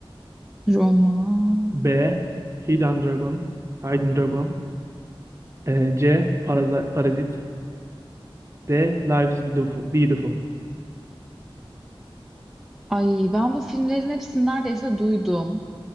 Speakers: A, in the centre; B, on the right (about 30°).
A: Roma.
B: B. Hidden Dragon Hidden Dragon ee, C. Paraza- Parazit de Life is Beautiful. Beautiful.
A: Ay ben bu filmlerin hepsini neredeyse duydum.